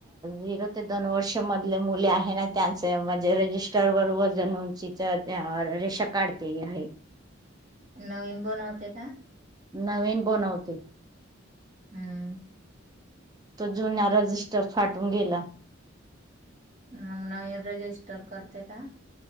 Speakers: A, on the right; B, on the right.
A: झिरो ते दोन वर्ष मधले मुले आहे ना त्यांच म्हणजे रजिस्टर वर वजन उंचीचा रेशन कार्ड ते आहे.
B: नवीन बनवते का?
A: नवीन बनवते.
B: हम्म
A: तो जुना रजिस्टर फाटून गेला.
B: मग नवीन रजिस्टर करते का?